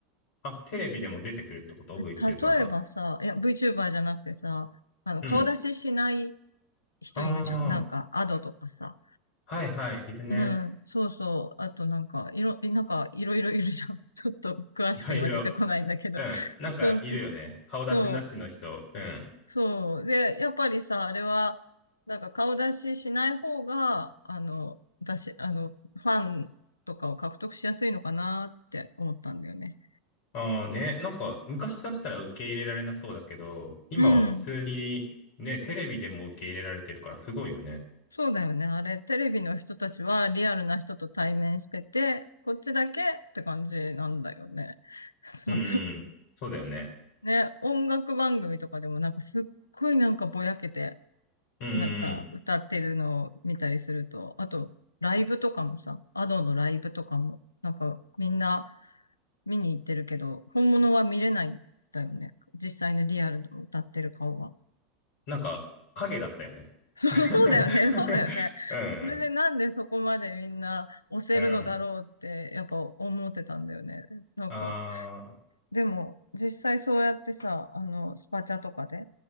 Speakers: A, on the left (about 55°); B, on the left (about 80°).
A: あ、テレビでも出てくるってこと
B: え例えばさ、
A: ?VTuber が。
B: いや VTuber じゃなくてさ、あの、
A: うん。
B: 顔出ししない人いるじゃん。
A: あ
B: なんか、アドとかさ。
A: あ、はいはい、いるね。
B: うん、そうそう。あとなんか、いろ、なんかいろいろいるじゃん。<laughs> ちょっと詳しく今出てこないんだけど。
A: いろいろ。うん。なんかいるよね。
B: そうそう。
A: 顔出しなしの人。
B: そう。
A: うん。
B: そう。で、やっぱりさ、あれは、なんか顔出ししない方が、あの、出し、あの、ファンとかを獲得しやすいのかなって思ったんだよね。
A: ああね、なんか昔だったら受け入れられなそうだけど、今は普通にね、
B: うん。
A: テレビでも受け入れられてるからすごいよね。
B: そうだよね。あれ、テレビの人たちはリアルな人と対面してて、こっちだけって感じなんだよね。<laughs>
A: うん。
B: 多分
A: そうだよね。
B: ね、音楽番組とかでもなんかすっごいなんかぼやけて、
A: うん。
B: なんか歌ってるのを見たりすると、あとライブとかもさ、アドのライブとかも、なんかみんな見に行ってるけど、本物は見れないんだよね。実際のリアルの歌ってる顔は。
A: なんか、影だったよね。
B: <laughs>
A: <laughs>
B: そう、そうだよね、そうだよね。
A: うん。
B: それでなんでそこまでみんな押せるのだろうってやっぱ思ってたんだよね。
A: うん。
B: なんか
A: ああ、
B: でも、実際そうやってさ、あの、スパチャとかで、